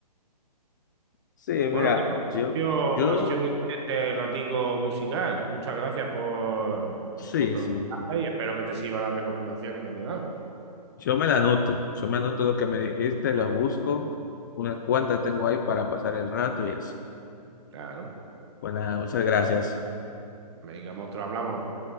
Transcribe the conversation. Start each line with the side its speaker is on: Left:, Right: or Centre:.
Left: Sí,
Right: Bueno,
Left: mira,
Right: Carlos, ha
Left: yo,
Right: sido,
Left: yo,
Right: ha sido muy guay este ratico musical. Muchas gracias por,
Left: sí,
Right: por preguntar
Left: sí.
Right: y espero que te sirvan las recomendaciones que te he dado.
Left: Yo me la anoto. Yo me anoto lo que me dijiste, lo busco. Unas cuantas tengo ahí para pasar el rato y eso.
Right: Claro,
Left: Bueno, muchas gracias.
Right: me digamos, te lo hablamos.